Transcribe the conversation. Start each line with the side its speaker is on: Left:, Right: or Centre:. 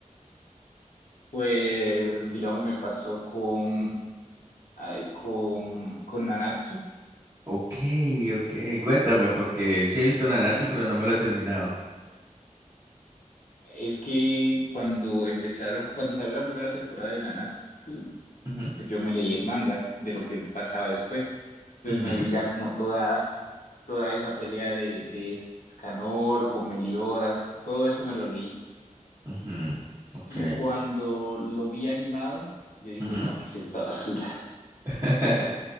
Left: Pues, digamos, me pasó con, ay, con, con Nanatsu.
Right: Ok, ok, cuéntame, porque sí he visto Nanatsu,
Left: <laughs>
Right: pero no me lo he terminado.
Left: Es que cuando empezaron, cuando salió la primera temporada de Nanatsu,
Right: Ujú,
Left: pues yo me leí el manga de lo que pasaba después. Entonces
Right: ujú.
Left: me vi ya como toda, toda esa pelea de, de Escanor con Meliodas, todo eso me lo leí.
Right: Ujú, Ok.
Left: Y cuando lo vi animado, yo dije,
Right: Ujú.
Left: no, ¿qué es esta basura?
Right: <laughs>